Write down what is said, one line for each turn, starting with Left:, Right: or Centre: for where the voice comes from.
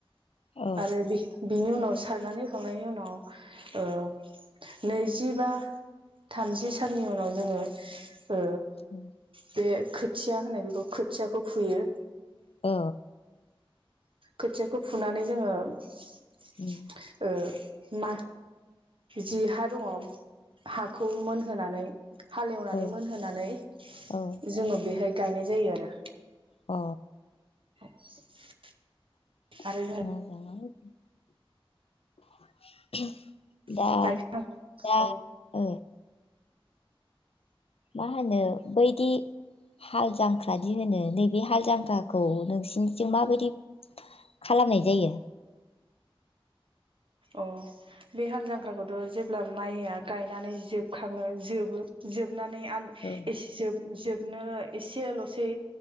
Left: औ
Right: आरो बि-बिनि उनाव सारनानै होखांनायनि उनाव ओ नैजिबा थामजि साननि उनाव जोङो ओ
Left: उम
Right: बे खोथिया होनो बेखौ खोथियाखौ फुयो।
Left: औ।
Right: खोथियाखौ फुनानै जोङो ओ
Left: उम
Right: मा जि हा दङ हाखौ मोनहोनानै हालेवनानै
Left: औ
Right: मोनहोनानै
Left: औ
Right: जोङो बेहाय गायनाय जायो आरो
Left: अ
Right: <inaudible>
Left: <unintelligible>
Right: आरो जों
Left: <inaudible> दा
Right: गायखां
Left: दा
Right: औ
Left: ओ मा होनो बैदि हाल जांख्रा दि होनो नैबे हाल जांख्राखौ नोंसिनिजों माबायदि खालामनाय जायो?
Right: अ बे हाल जांख्राखौथ' जेब्ला माइया गायनानै जोबखाङो जोबो जोब नानै
Left: औ
Right: एसे जोब जोब बिनो एसेल'सै